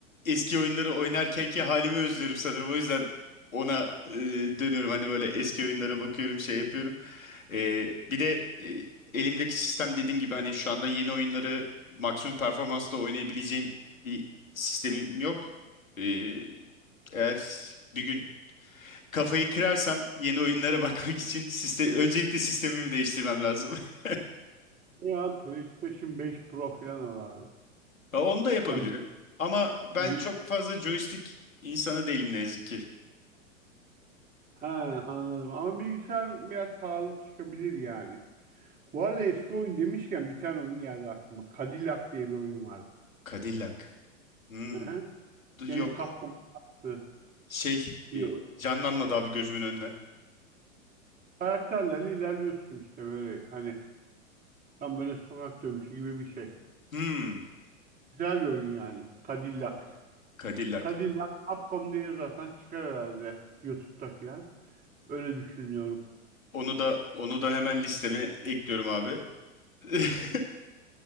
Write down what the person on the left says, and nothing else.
eski oyunları oynarkenki halimi özlüyorum sanırım. O yüzden ona e, dönüyorum hani böyle eski oyunlara bakıyorum şey yapıyorum. Ee, bir de e, elimdeki sistem dediğim gibi hani şu anda yeni oyunları maksimum performansla oynayabileceğim bir sistemim yok. Ee, eğer bir gün kafayı kırarsam yeni oyunlara <laughs> bakmak için siste- öncelikle sistemimi değiştirmem lazım. <laughs>
Ya Onu da yapabilirim.
Ama ben
çok fazla joystick insanı değilim ne yazık ki.
Cadillac. Hmm.
Dur,
Yok.
Şey
e,
canlanmadı abi gözümün önüne.
Hmm.
Cadillac.
Onu da onu da hemen listeme ekliyorum abi. <laughs>